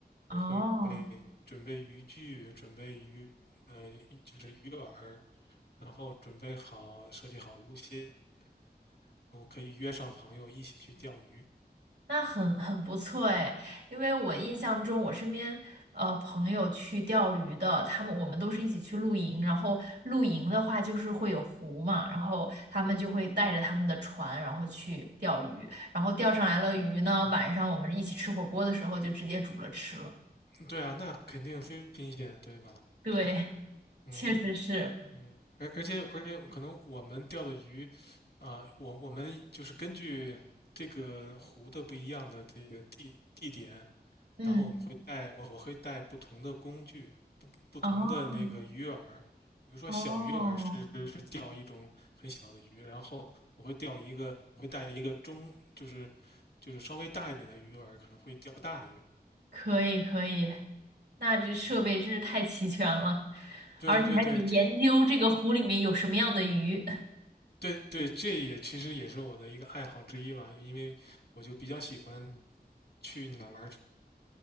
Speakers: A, on the right; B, on the left.
A: 哦，
B: 我会准备准备渔具，准备鱼，呃，就是鱼饵，然后准备好设计好路线，对我可以约上朋友一起去钓鱼。
A: 那很很不错哎，因为我印象中，我身边呃朋友去钓鱼的，他们我们都是一起去露营，然后露营的话就是会有湖嘛，然后他们就会带着他们的船，然后去钓鱼，然后钓上来了鱼呢，
B: 嗯
A: 晚上我们一起吃火锅的时候就直接煮了吃了。
B: 对啊，那肯定非常新鲜，对吧？
A: 对，
B: 嗯。
A: 确实是，
B: 嗯，而而且而且可能我们钓的鱼，啊、我我们就是根据这个湖的不一样的这个地地点，
A: 嗯，
B: 然后我们会带我我会带不同的工具，不同的那个鱼饵，
A: 哦
B: 比如说小鱼饵是是钓一种很小的鱼，
A: 哦，
B: 然后我会钓一个，我会带一个中就是就是稍微大一点的鱼饵，可能会钓大鱼。
A: 可以可以，那这设备真是太齐全了。
B: 嗯，对对对，
A: 而且还得研究这个湖里面有什么样的鱼，
B: 这对对，这也其实也是我的一个爱好之一吧，因为我就比较喜欢去哪玩儿全